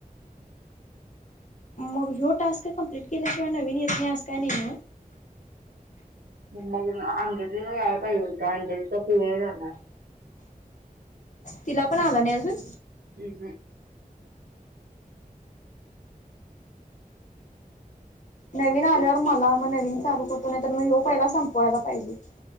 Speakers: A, on the left; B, on the right.
A: मग हो टास्क कम्प्लीट केल्याशिवाय नवीन येत नाही आहे काय नाही.
B: मग अंधरीला याला पाहिजे होत अंजेरीचा पूर्ण झाणार.
A: तिला पण आला नाही अजून
B: हम् हम्
A: नवीन आल्यावर मला मग नवीन चालू करतो नाही तर मी हे पहिला संपवायला पाहिजे